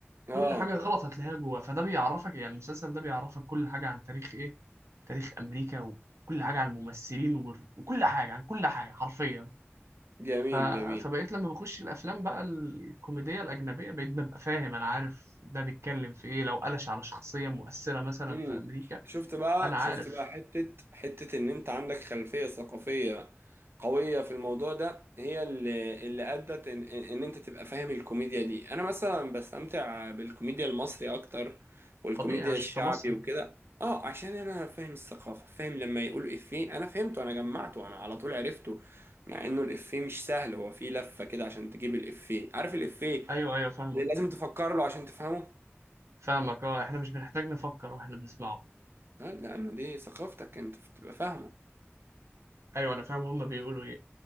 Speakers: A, on the right (about 55°); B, on the right (about 75°).
A: اه
B: كل حاجه غلط هتلاقيها جوه فده بيعرفك يعني المسلسل ده بيعرفك كل حاجه عن تاريخ ايه تاريخ امريكا وكل حاجه عن الممثلين وال- وكل حاجه عن كل حاجه حرفيا
A: جميل
B: ف...
A: جميل
B: فبقيت لما بخش الافلام بقى الكوميديه الاجنبيه بقيت ببقى فاهم انا عارف ده بيتكلم في ايه لو قلش على شخصيه مؤثره مثلا
A: امم
B: في امريكا
A: شفت بقى
B: انا عارف
A: شفت بقى حتة حتة ان انت عندك خلفية ثقافية قوية في الموضوع ده هي اللي اللي ادت ان, ان انت تبقى فاهم الكوميديا دي انا مثلا بستمتع بالكوميديا المصري اكتر والكوميديا
B: طبيعي عشان
A: الشعبي
B: انت مصري
A: وكده اه عشان انا فاهم الثقافة فاهم لما يقول افيه انا فهمته انا جمعته انا على طول عرفته مع انه الافيه مش سهل هو فيه لفة كده عشان تجيب الافيه عارف الافيه
B: ايوه ايوه فاهمك
A: اللي لازم تفكر له عشان تفهمه
B: فاهمك اه احنا مش بنحتاج نفكر واحنا بنسمعه
A: لا يا عم دي ثقافتك انت بتبقى فاهمه
B: ايوه انا فاهم هما بيقولوا ايه